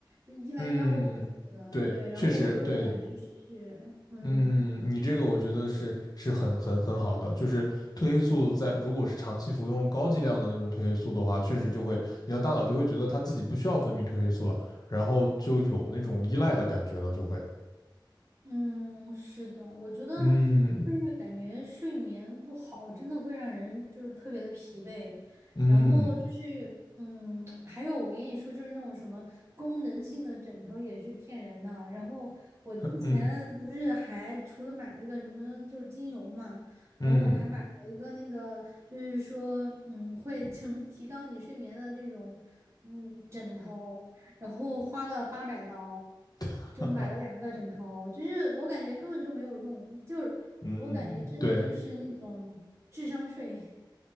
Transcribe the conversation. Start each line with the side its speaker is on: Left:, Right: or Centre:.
Right: 就依赖药物的，
Left: 嗯，对，
Right: 对，然后我又不敢去试，
Left: 确实对，
Right: 嗯。
Left: 嗯，你这个我觉得是是很很很好的，就是褪黑素在如果是长期服用高剂量的那种褪黑素的话，确实就会你的大脑就会觉得它自己不需要分泌褪黑素了，然后就有那种依赖的感觉了，就会，
Right: 嗯，是的，我觉得
Left: 嗯
Right: 就是感觉睡眠不好，真的会让人就是特别的疲惫。
Left: 嗯
Right: 然后就是，嗯，还有我跟你说，就是那种什么功能性的枕头也是骗人的。然后我之前不是还除了买一个什么就是精油嘛，
Left: 嗯嗯，
Right: 然后我还买了一个那个就是说，嗯，会 <laughs> 什么提高你睡眠的那种，嗯，枕头。然后花了八百刀，
Left: <laughs>
Right: 就买了两个枕头，
Left: 哈哈，
Right: 就是我感觉根本就没有用，就是我感觉真的就是那种智商税。
Left: 嗯，对
Right: <laughs>